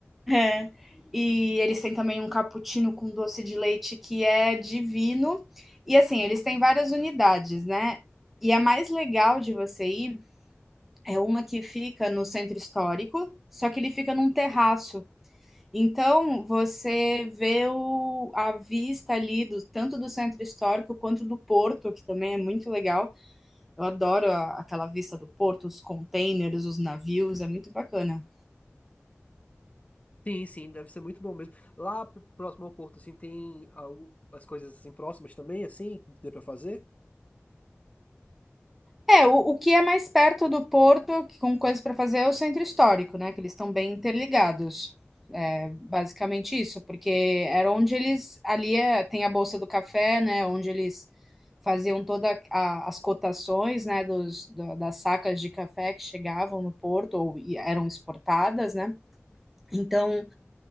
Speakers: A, in the centre; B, on the left.
A: É. E eles têm também um cappuccino com doce de leite que é divino. E assim, eles têm várias unidades, né? E a mais legal de você ir é uma que fica no centro histórico, só que ele fica num terraço. Então, você vê o, a vista ali, do, tanto do centro histórico quanto do porto, que também é muito legal. Eu adoro a- aquela vista do porto, os containers, os navios, é muito bacana.
B: Sim, sim, deve ser muito bom mesmo. Lá p- próximo ao Porto, assim, tem algo, as coisas assim próximas também, assim, que dê pra fazer.
A: É, o, o que é mais perto do porto, que- com coisas para fazer, é o centro histórico, né? Que eles estão bem interligados. Basicamente isso, porque era onde eles. Ali é, tem a Bolsa do Café, né? Onde eles faziam todas as cotações né, dos, da- das sacas de café que chegavam no porto ou eram exportadas, né? Então